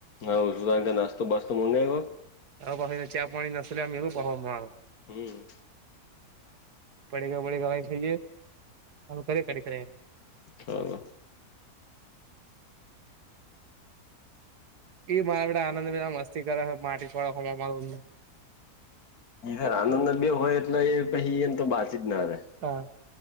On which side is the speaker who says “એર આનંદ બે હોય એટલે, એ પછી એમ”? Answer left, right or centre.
Left